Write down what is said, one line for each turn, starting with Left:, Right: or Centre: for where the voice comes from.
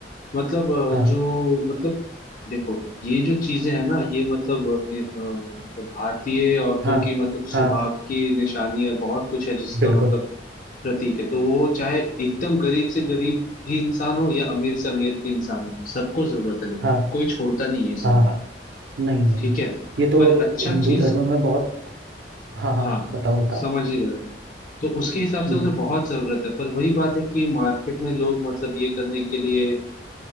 Left: मतलब अ,
Right: हाँ
Left: जो मतलब देखो ये जो चीजें हैं ना ये मतलब अ, ए- अ, मतलब भारतीय औरतों
Right: हाँ
Left: की मतलब
Right: हाँ
Left: सुहाग की निशानी और बहुत कुछ है जिसका
Right: बिल्कुल
Left: मतलब प्रतीक है तो वो चाहे एकदम गरीब से गरीब भी इंसान हो या अमीर से अमीर भी इंसान हो सबको जरूरत है लेकिन
Right: हाँ
Left: कोई छोड़ता नहीं है इसमें
Right: हाँ हाँ नहीं नहीं
Left: ठीक
Right: नहीं
Left: है
Right: ये तो
Left: पर अच्छा
Right: हिंदू
Left: चीज
Right: धर्म में बहुत हाँ हाँ
Left: हाँ
Right: बताओ बताओ
Left: समझ ही रहे हो तो उसके हिसाब से
Right: हम्म,
Left: उन्हें बहुत जरूरत है पर वही बात है कि मार्केट में लोग मतलब ये करने के लिए